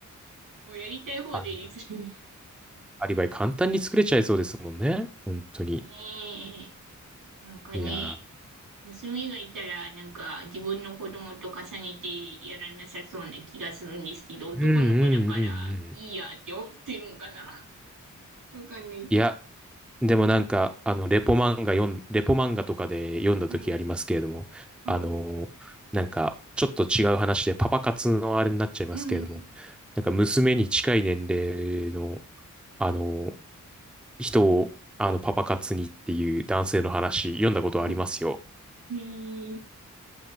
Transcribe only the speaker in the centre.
アリバイ。アリバイ簡単に作れちゃいそうですもんね。本当に。
いやー。
うんうんうんうん。
いや、でもなんか、あの、レポ漫画読ん、レポ漫画とかで読んだ時ありますけれども、
あのーなんか、ちょっと違う話で、パパ活のあれになっちゃいますけれども、
なんか、娘に近い年齢の、あのー人を、あの、パパ活にっていう男性の話、読んだことありますよ。